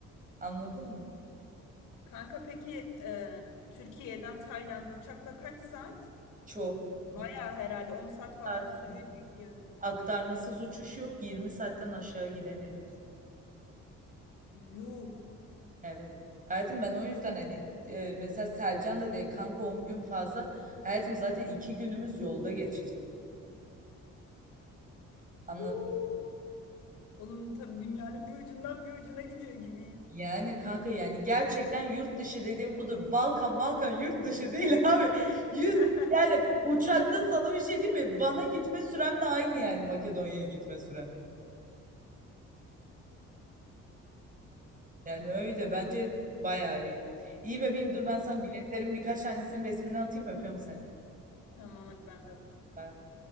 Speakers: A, on the right; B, on the left.
A: Anladın mı?
B: Kanka peki e, Türkiye'den Tayland'a uçakla kaç saat?
A: Çok.
B: Bayağı
A: 20
B: herhalde 10 saat falan
A: saat
B: sürüyor diye biliyorum.
A: aktarmasız uçuş yok. 20 saatten aşağı gidemiyoruz.
B: Yuh.
A: Evet. Hayatım ben o yüzden hani e, mesela Selcan da dedi kanka 10 gün fazla. Hayatım zaten 2 günümüz yolda geçecek. Anladın
B: Huu. Oğlum tabii dünyanın bir ucundan bir ucuna gidiyor gibiyiz.
A: Yani kanka yani gerçekten yurt dışı dediğim budur. Balkan Balkan yurt dışı değil <laughs> abi.
B: <laughs>
A: Yüz yani uçakta sana bir şey değil mi? Van'a gitme süremle aynı yani Makedonya'ya gitme süren. Yani öyle bence bayağı iyi. İyi bebeğim dur ben sana
B: Ver.
A: biletlerin birkaç tanesinin resmini atayım öpüyorum seni.
B: Tamam hadi ben de öptüm.
A: Bye.